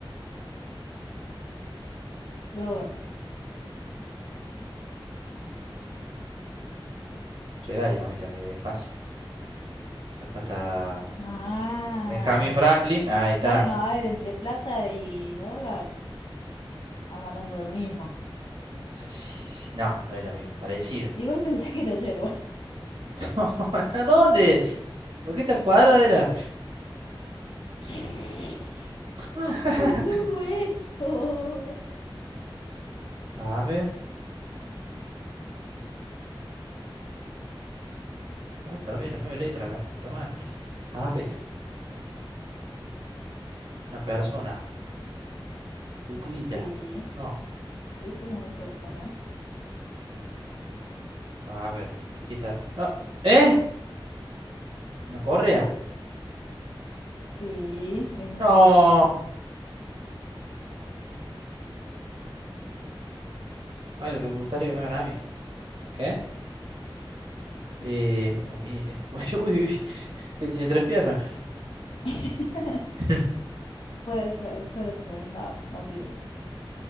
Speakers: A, on the left; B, on the right.
A: Droga.
B: Che, dale, mamita, es fácil. Acá está
A: Ah,
B: Benjamin Franklin, ahí está.
A: bueno, a ver, entre plata y dólar, estamos hablando de lo mismo.
B: O sea, sí, No, no es lo mismo, parecido.
A: Igual <laughs> pensé que era yerba.
B: <laughs> ¿A dónde? ¿Por qué tan cuadrada era?
A: <laughs>
B: <laughs>
A: ¿Cómo dibujo esto?
B: A ver, otra vez las nueve letras, la puta madre. A ver, una persona, cuclilla.
A: Sí,
B: No,
A: sí, sí es una persona.
B: a ver, aquí está. No, ¿eh? ¿Una correa?
A: Sí, es una
B: No.
A: correa.
B: Ay, lo que me gustaría que me hagan a mí. ¿Qué? Eh, ¿cómo mide? <laughs> Uy, uy, uy, que tiene tres piernas.
A: <laughs>
B: <laughs>
A: Puede ser, puede ser. No, no tiene trucha.